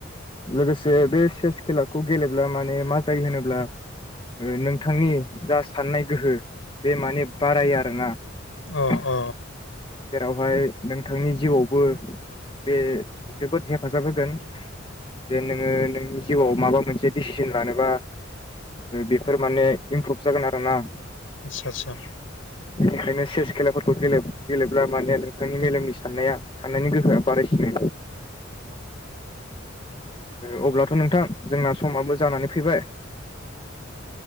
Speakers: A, on the left; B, on the left.
A: लोगोसे बे चेस खेलाखौ गेलेब्ला माने मा जायो होनोब्ला नोंथांनि जा साननाय गोहो बे माने बारायो आरोना।
B: अ
A: जेरावहाय
B: अ
A: नोंथांनि जिउआवबो बे जोबोद हेफाजाब होगोन। जे नोङो नोंनि जिउआव माबा मोनसे दिसिसन लानोबा बेफोर माने इमप्रुभ जागोन आरो ना।
B: आच्सा आच्सा।
A: बेनिखायनो चेस खेलाफोरखौे गेले गेलेब्ला माने नोंथांनि मेलेमनि साननाया साननायनि गोहोआ बारायसिनो। ओ अब्लाथ' नोंथां जोंना समाबो जानानै फैबाय